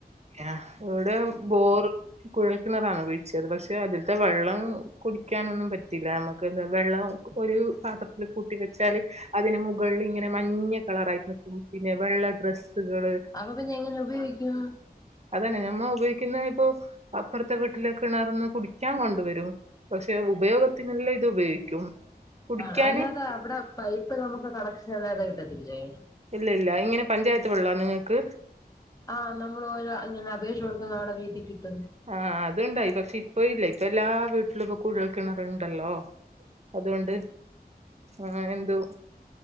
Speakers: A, on the right; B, on the left.
A: എവ്ടെ ബോറ്. കുഴൽക്കിണറാണ് വീഴിച്ചത് പക്ഷെ ഇതീത്തെ വെള്ളം കുടിക്ക്യാനൊന്നും പറ്റില്ല അമക്ക് വെള്ളം ഒരു പാത്രത്തില കൂട്ടി വെച്ചാല് അതിന് മുകള്ള് ഇങ്ങനെ മഞ്ഞ കളറായി <unintelligible> പിന്നെ വെള്ള ഡ്രെസ്സുകള്
B: അപ്പൊ പിന്നെ എങ്ങനെ ഉപയോഗിക്കും?
A: അതന്നെ ഞമ്മ ഉപയോഗിക്കുന്ന ഇപ്പൊ അപ്പർത്തെ വീട്ടിലെ കെ ണർന്ന് കുടിക്ക്യാൻ കൊണ്ട് വരും. പക്ഷെ ഉപയോഗത്തിനെല്ലാം ഇത് ഉപയോഗിക്കും. കുടിക്കാന്
B: ആ അല്ലാതെ അവിടെ പൈപ്പ് നമുക്ക് കണക്ഷൻ അല്ലാതെ കിട്ടത്തില്ലേ?
A: ഇല്ല ഇല്ല ഇങ്ങനെ പഞ്ചായത്ത് വെള്ളാ നിങ്ങക്ക്.
B: ആഹ് നമ്മള് ഓരോ ഇങ്ങനെ അപേക്ഷ കൊട്ക്കുന്നോടെ വീട്ടി കിട്ടും.
A: ആഹ് അത്ണ്ടായി പക്ഷെ ഇപ്പ ഇല്ലേ ഇപ്പൊ എല്ലാ വീട്ട്ലും കുഴൽ കിണറുണ്ടല്ലോ. അതുകൊണ്ട്. ആ എന്തോ